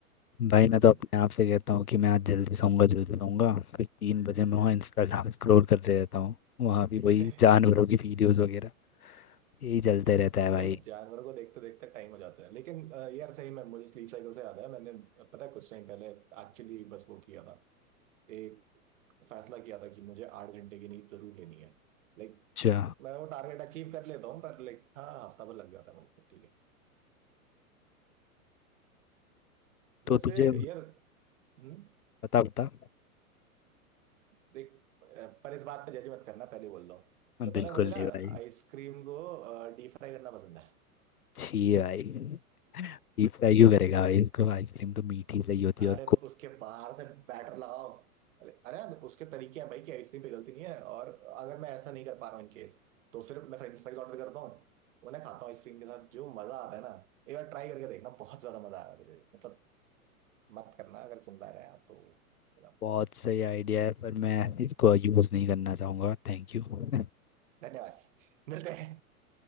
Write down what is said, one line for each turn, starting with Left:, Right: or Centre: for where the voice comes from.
Left: भाई मैं
Right: हम्म।
Left: तो अपने आप से कहता हूँ कि मैं आज जल्दी सोऊंगा जल्दी सोऊंगा फिर तीन बजे मैं वहाँ इंस्टाग्राम स्क्रॉल कर रहे रहता हूँ वहाँ भी
Right: <laughs>
Left: वही जानवरों की वीडियोस वगैरह यही चलते
Right: भाई
Left: रहता है भाई
Right: जानवरों को देखते देखते टाइम हो जाता है लेकिन अ, यार सही में मुझे स्लीप साइकिल से याद है मैंने पता है कुछ टाइम पहले एक्चुअली बस वो किया था एक फैसला किया था कि मुझे आठ घंटे की नींद जरूर लेनी है लाइक
Left: अच्छा
Right: मैं वो टारगेट अचीव कर लेता हूँ पर लाइक हाँ हफ्ता भर लग जाता है मुझे ठीक है वैसे
Left: तो तुझे
Right: यार हम्म
Left: बता बता
Right: देख अ, पर इस बात पे जज मत करना पहले बोल रहा हूँ
Left: हाँ,
Right: तो पता
Left: बिल्कुल
Right: है मुझे
Left: नहीं
Right: ना
Left: भाई
Right: आइसक्रीम को डीप फ्राई करना पसंद है
Left: छी भाई डीप फ्राई क्यों करेगा भाई इसको आइसक्रीम तो मीठी सही होती है
Right: अरे
Left: और को
Right: उसके बाहर से बैटर लगाओ अरे अरे यार, उसके तरीके हैं भाई कि आइसक्रीम पे गलती नहीं है और अगर मैं ऐसा नहीं कर पा रहा हूँ इन केस तो फिर मैं फ्रेंच फ्राइज ऑर्डर करता हूँ उन्हें खाता हूँ आइसक्रीम के साथ जो मजा आता है ना एक बार ट्राई करके देखना बहुत ज्यादा मजा आया मुझे मतलब मत करना अगर सुनता रहे आप तो you know,
Left: बहुत सही आइडिया है पर मैं इसको यूज़ नहीं करना चाहूँगा थैंक यू <laughs>
Right: धन्यवाद <laughs> मिलते हैं